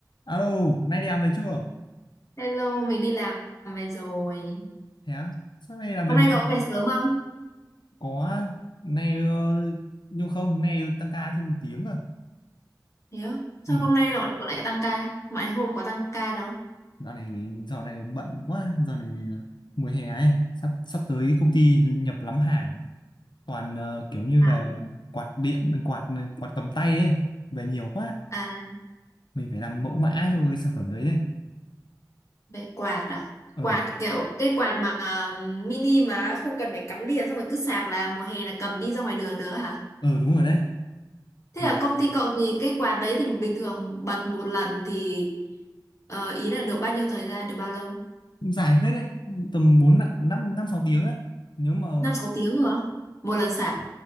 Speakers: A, on the left; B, on the left.
A: Alo, nay đi làm về chưa?
B: Hello, mình đi làm về rồi.
A: Thế á? Sao nay làm
B: Hôm
A: về muộn?
B: nay cậu có về sớm không?
A: có nay ờ, nhưng không, nay tăng ca thêm một tiếng à.
B: Thế á? Sao
A: Ừ,
B: hôm nay cậu, cậu lại tăng ca? Mọi hôm có tăng ca đâu?
A: dạo này dạo này bận quá, dạo này ờ, mùa hè ấy, sắp sắp tới công ty nhập lắm hàng, toàn ờ, kiểu như
B: À,
A: về quạt điện, quạt ờ, quạt cầm tay ấy, về nhiều quá,
B: à,
A: mình phải làm mẫu mã cho cái sản phẩm đấy ấy.
B: về quạt à?
A: Ừ,
B: Quạt kiểu cái quạt mà mini mà không cần phải cắm điện xong rồi cứ sạc là mùa hè là cầm đi ra ngoài đường được hả?
A: ừ đúng rồi đấy,
B: Thế
A: vì
B: là công ty cậu thì cái quạt đấy thì bình thường bật một lần thì ờ, ý là được bao nhiêu thời gian, được bao lâu?
A: cũng dài phết đấy, tầm 4 năm năm năm sáu tiếng ấy. Nếu mà
B: Năm sáu tiếng rồi á? Một lần sạc.